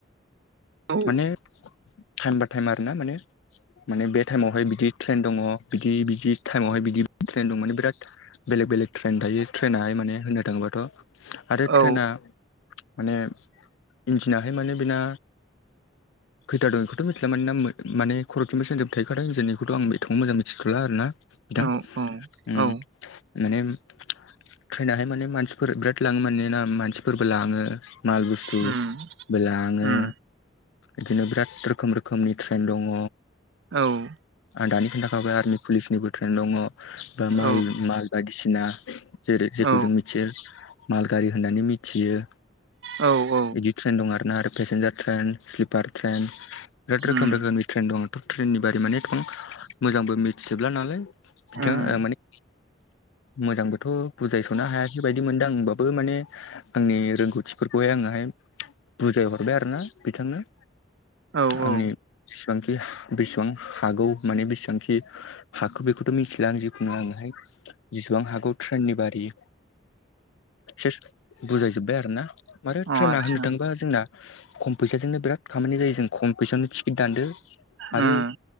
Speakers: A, on the right; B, on the left.
A: औ
B: माने टाइम बा टाइम आरो ना माने माने बे टाइमावहाय बिदि ट्रेन दङ बिदि बिदि टाइमावहाय बिदि ट्रेन दं माने बिराद बेलेग बेलेग ट्रेन थायो ट्रेेनाहाय माने होननो थाङोबाथ' आरो
A: औ
B: ट्रेना माने इन्जिनाहाय माने बेना खैथा दं इखौ थ' मिथिला मानोना माने खर'निफ्राय सोजोब थखादों जोंनिखौथ' आं बेखौ मोजां मिथिथ'ला आरो ना। बिथां
A: औ औ
B: उम
A: औ
B: मानेम ट्रेनाहाय माने मानसिफोर बिराद लाङो माने ना मानसिफोरबो लाङो माल बुस्थु
A: उम
B: बेलाङो
A: उम
B: इदिनो बिराद रोखोम रोखोमनि ट्रेन दङ
A: औ
B: आं दानि खोन्था खाबाय आर्मि पुलिसनिबो ट्रेन दङ। बा
A: औ
B: माल माल बायदिसिना जेरै
A: औ
B: जेखौ जों मिथियो माल गारि होननानै मिथियो।
A: औ औ
B: बिदि ट्रेन दं आरोना आरो पेसेन्जार ट्रेन स्लिपार ट्रेन बिराद
A: उम
B: रोखोम रोखोमनि ट्रेन दं थ' ट्रेननि बारि माने एथ'बां मोजांबो मिथिजोबला नालाय बिथाङा
A: उम
B: माने मोजांबोथ' बुजायस'नो हायासै बायदि मोनदों आंबाबो माने आंनि रोंगौथिफोरखौहाय आङहाय बुजाय हरबाय आरो ना बिथांनो
A: औ औ
B: आंनि जेसेबांखि बेसेबां हागौ माने बेसेबांखि हाखौ बेखौथ' मिथिला आं जिखुनु आङोहाय जिेसिबां हागौ ट्रेननि बारि एस बुजायजोब्बाय आरो ना मान
A: अ आतसा
B: ट्रेना होनो थाङोबा जोंना खम फैसाजोंनो बिराद खामानि जायो जों खम फैसायावनो टिकेट दानदो
A: उम
B: आरो